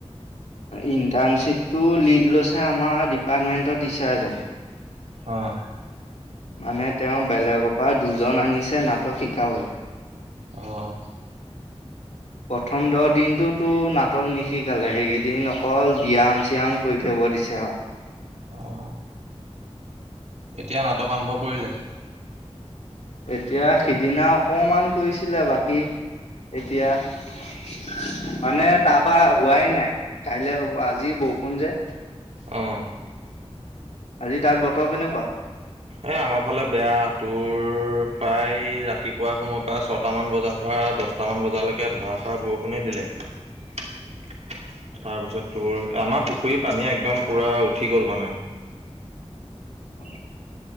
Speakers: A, on the left (about 85°); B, on the right (about 80°).
A: ইণ্টাৰ্ণশ্বিপটো লিড লৈছে আমাৰ ডিপাৰ্টমেন্টৰ টিচাৰ এজনে।
B: অ'।
A: মানে তেওঁ বেলেগৰ পৰা দুজন আনিছে নাটক শিকাবলৈ।
B: অ'।
A: প্ৰথম দহ দিনটো তোৰ নাটক নিশি এইকেইদিন অকল ব্যায়াম চ্যায়াম কৰি থাকিব দিছে আৰু।
B: অ'। এতিয়া নাটক আৰম্ভ কৰিলে।
A: এতিয়া সিদিনা অকমান কৰিছিলে, বাকী এতিয়া মানে তাৰপৰা হোৱাই নাই, কাইলে হ'ব, আজি বৰষুণ যে।
B: অ'।
A: আজি তাত বতৰ কেনেকুৱা?
B: এ আমাৰ ফালে বেয়া, তোৰ প্ৰায় ৰাতিপুৱা সময়ৰ পৰা ছয়টামান বজাৰ পৰা দছটামান বজালৈকে ধাৰাষাৰ বৰষুণে দিলে। তোৰ, আমাৰ পুখুৰীত পানী একদম পুৰা উঠি গ'ল মানে
A: অহ'।